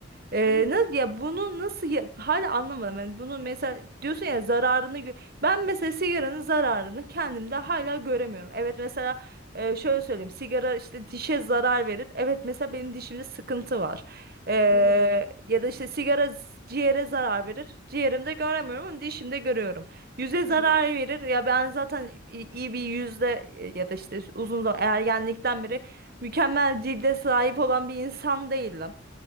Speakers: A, on the right (about 50°); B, on the left (about 80°).
A: Ee,
B: Evet.
A: nasıl ya bunu nasıl ya- hala anlamadım. Yani bunu mesela diyorsun ya zararını gö- ben mesela sigaranın zararını kendimde hala göremiyorum. Evet mesela e, şöyle söyleyeyim sigara işte dişe zarar verir. Evet mesela benim dişimde sıkıntı var. Ee,
B: Hı hı.
A: ya da işte sigara z- ciğere zarar verir. Ciğerimde göremiyorum ama dişimde görüyorum. Yüze
B: Hı
A: zarar
B: hı.
A: verir. Ya ben zaten i- iyi bir yüzde e, ya da işte uzun zaman ergenlikten beri mükemmel cilde sahip olan bir insan değildim.